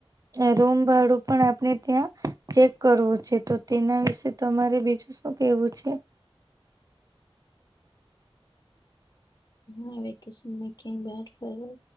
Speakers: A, on the right; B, on the left.
A: એ રૂમ ભાડું પણ આપણે ત્યાં ચેક કરવું છે તો તેના વિશે તમારે બીજું શું કેવું છે.
B: હા વેકેશન માં ક્યા બાર ફરવા